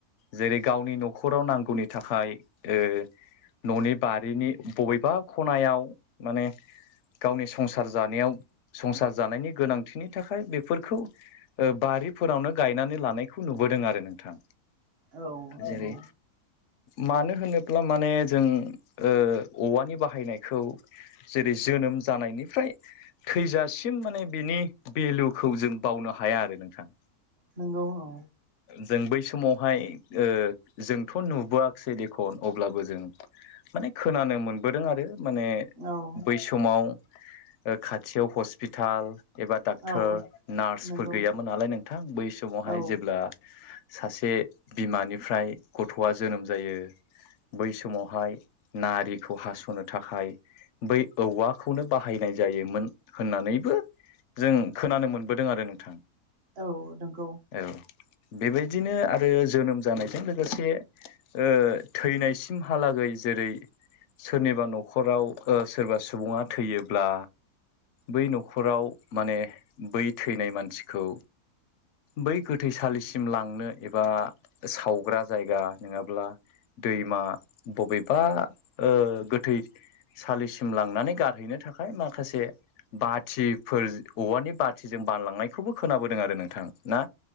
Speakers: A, on the left; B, on the right.
A: जेरै गावनि न'खराव नांगौनि थाखाय ओ न'नि बारिनि बबेबा खनायाव माने गावनि संसार जानायाव संसार जानायनि गोनांथिनि थाखाय बेफोरखौ ओ बार रि बैफोरावनो गायनानै लानायखौ नुबोदों आरो नोंथां।
B: औ नंगौ
A: जेरै मानो होनोब्ला माने जों ओ औवानि बाहायनायखौ जेरै जोनोम जानायनिफ्राय थैजासिम माने बिनि भेलुखौ जों बावनो हाया आरो। नोंथां
B: नोंगौ औ
A: जों बै समाव हाय ओ जोंथ' नुबोआसै बेख' अब्लाबो जों माने खोनानो मोन बोदों आरो माने
B: औ
A: बै समाव ओ खाथियाव हस्पिटाल एबा डाक्टर
B: औ
A: नार्सफोर
B: नंगौ
A: गैयामोन नालाय नोंथां बै समावहाय
B: औ
A: जेब्ला सासे बिमानिफ्राय गथ'आ जोनोम जायो बै समावहाय नारिखौ हास'नो थाखाय बै औवाखौनो बाहायनाय जायोमोन होननानैबो जों खोनानो मोनबोदों आरो नोंथां।
B: औ नंगौ।
A: औ बेबायदिनो आरो जोनोम जानायजों लोगोसे ओ थैनायसिमहालागै जेरै सोरनिबा न'खराव ओ सोरबा सुबुङा थैयोब्ला बै न'खराव माने बै थैनाय मानसिखौ बै गोथैसालिसिम लांनो एबा सावग्रा जायगा नोङाब्ला दैमा बबेबा ओ गोथै सालिसिम लांनानै गारहैनो थाखाय माखासे बाथिफोर औवानि बाथिजों बानलांनायखौबो खोनाबोदों आरो नोंथां ना